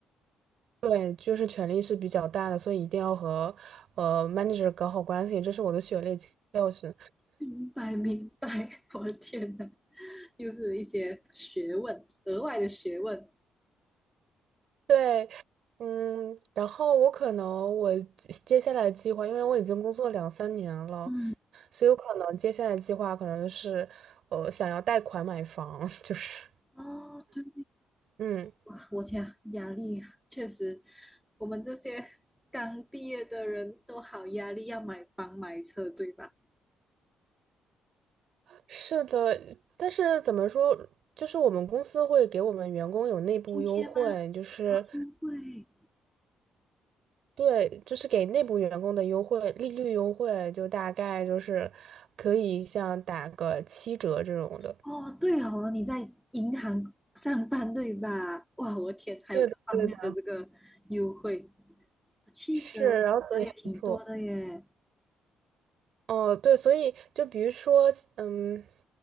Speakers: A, on the right; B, in the centre.
A: 对，就是权力是比较大的，所以一定要和呃 manager 搞好关系，这是我的血泪教训。
B: 明白明白，我的天哪，<laughs> 又是一些学问，额外的学问。
A: 对，嗯，然后我可能我接下来计划，因为我已经工作两三年了，
B: 嗯，
A: 所以有可能接下来计划可能是呃想要贷款买房，<laughs> 就是
B: 哦，对，
A: 嗯。
B: 哇，我天啊，压力啊确实，我们这些刚毕业的人都好压力，要买房买车，对吧？
A: 是的，但是怎么说，就是我们公司会给我们员工有内部优惠，
B: 今天吗？
A: 就是
B: 哦，因为
A: 对，就是给内部员工的优惠，利率优惠就大概就是可以像打个七折这种的。
B: 哦，对哦，你在银行上班对吧？哇，我天，还有这方面的这个优惠，
A: 对的，对的，
B: 七折，
A: 是，然后所以还不错。
B: 七折也挺多的耶。
A: 哦，对，所以就比如说，嗯，